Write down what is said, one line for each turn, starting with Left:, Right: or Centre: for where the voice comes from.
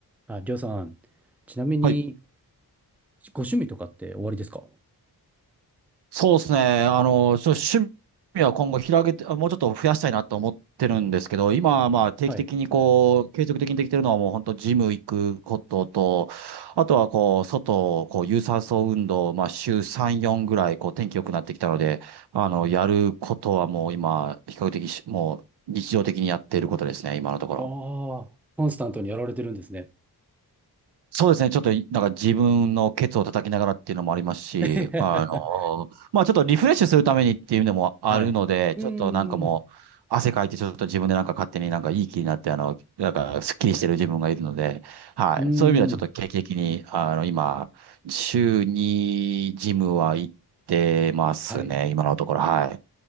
Centre: あ、りょうさん、ちなみに、
Right: はい。
Centre: ご趣味とかっておありですか
Right: そうですね。あの、ちょっと趣味は今後広げて、あもうちょっと増やしたいなと思ってるんですけど、今はまあ定期的にこう、
Centre: はい。
Right: 継続的にできてるのはもう本当ジム行くことと、あとはこう、外、こう、有酸素運動、まあ週3、4ぐらい、こう、天気良くなってきたので、あの、やることはもう今、比較的し、もう日常的にやっていることですね、今のところ。
Centre: ああ、コンスタントにやられてるんですね。
Right: そうですね。ちょっと、なんか自分のケツを叩きながらっていうのもありますし、
Centre: <laughs>
Right: あの、まあちょっとリフレッシュするためにっていうのもあるので、
Centre: はい。うーん。
Right: ちょっとなんかもう、汗かいてちょっと自分でなんか勝手になんかいい気になって、あの、なんかスッキリしてる自分がいるので、
Centre: はい。
Right: はい。
Centre: うーん。
Right: そういう意味ではちょっと定期的に、あの、今、週にジムは行ってますね。
Centre: はい。
Right: 今のところ、はい。